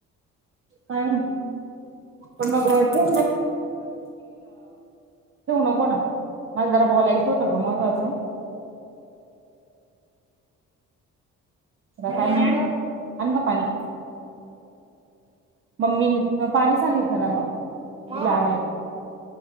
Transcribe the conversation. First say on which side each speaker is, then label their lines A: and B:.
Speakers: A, on the right; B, on the right.
A: काय नाई पण मग <unintelligible> ठेऊ नको ना. मला जरा बोलायचं होतं ग महत्वाचं. आता काय
B: आण
A: आणि,
B: ग
A: आण ग पाणी. मम्मी मी तुला पाणी सांगितलं ना ग
B: मग
A: आणायला.